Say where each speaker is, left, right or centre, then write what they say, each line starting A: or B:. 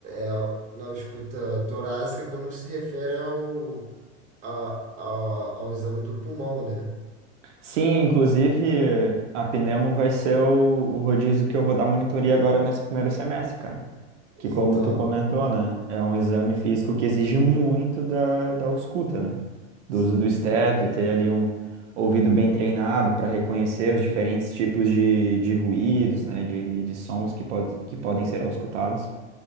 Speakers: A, on the right; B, on the right.
A: É, a- na ausculta torácica quando se refere ao, a- a- ao exame do pulmão, né?
B: Sim, inclusive, a pneumo vai ser o, o rodízio que eu vou dar monitoria agora nesse primeiro semestre, cara. Que
A: Então,
B: como tu comentou, né? É um exame físico que exige muito da, da ausculta, né?
A: sim.
B: Do uso do esteto, ter ali um ouvido bem treinado para reconhecer os diferentes tipos de, de ruídos, né? De, de sons que, pode, que podem ser auscultados.